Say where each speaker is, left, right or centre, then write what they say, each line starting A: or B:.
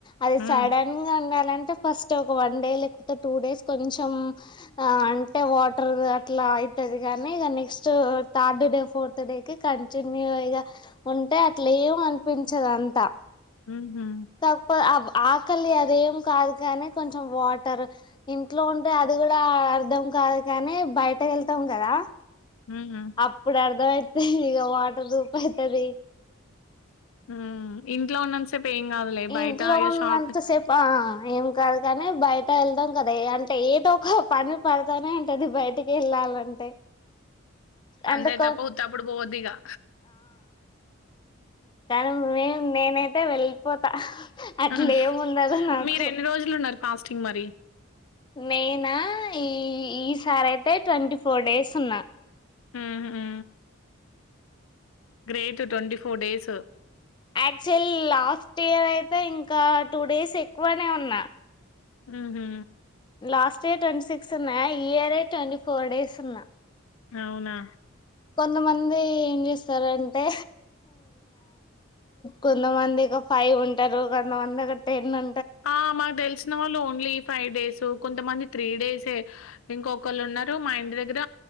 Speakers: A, on the left (about 20°); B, on the left (about 75°).
A: అది
B: హ్మ్.
A: సడన్ గా ఉండాలంటే అంటే ఫస్ట్ ఒక వన్ డే లేకపోతే టూడేస్ కొంచెం అంటే వాటర్ అట్లా ఉంటది కాగాని ఇక నెక్స్ట్ థర్డడే ఫోర్త్ డే కి కంటిన్యూ ఇ ఉంటే అట్లా ఏమ అనిపించదు అంతా
B: హుహు.
A: కాకపోతే ఆవ్ ఆకలి అది అదేం కాదు కానీ కొంచెం వాటర్ ఇంట్లో ఉంటే అది కూడా అర్ధం కాదు కానీ బయట వెళ్తాం కదా
B: హ్మ్.
A: అప్పుడు అర్ధమ ఇ వాటర్ ధూప అయితది
B: ఉ ఇంట్లో ఉన్నాని సెప్ పేయింగ్ కాదులే బయట
A: ఇంట్లో
B: అయ
A: ఉన్నంతసేపు
B: షాప్
A: ఆ ఏం కాదు కానీ బయట వెళ్దాం కదా అంటే ఏదో ఒక పని పడతానే ఉంటేది బయటికి వెళ్ళాలంటే
B: అంతయి
A: అంటే కొ
B: తప్ప ఉత్త అప్పుడు పోవద్దుఇగా
A: కనీ మే నేనే అతే వెళ్ళిపోతా అట్లే
B: ఆ
A: ఏముండదు నాకు
B: మీరు ఎన్ని రోజులు ఉన్నారు ఫస్ట్ తిన్ మరి
A: నేనా ఈ ఈ సారి అయితే ట్వంటీ ఫోర్ డేస్ ఉన్నా
B: హుహు. Great twenty four days
A: actual last year అయితే ఇంకా టూ డేస్ ఎక్కువనే ఉన్నా
B: ఉ హు
A: లాస్ట్ ఇయర్ ట్వంటీ సిక్స్ ఉన్నా ఈ ఇయరే ట్వంటీ ఫోర్ డేస్ ఉన్నా
B: అవునా
A: కొంతమంది ఏం చేస్తారు అంటే కొంతమంది ఒక ఫైవ్ ఉంటారు కొంతమంది ఒక టెన్ ఉ
B: ఆ మాకు తెలిసిన వాళ్ళు ఓన్లీ ఫైవ్ డేస్ సో కొంతమంది త్రీ డేసే ఇంకొకళ్ళు ఉన్నారు మా ఇంటి దగ్గర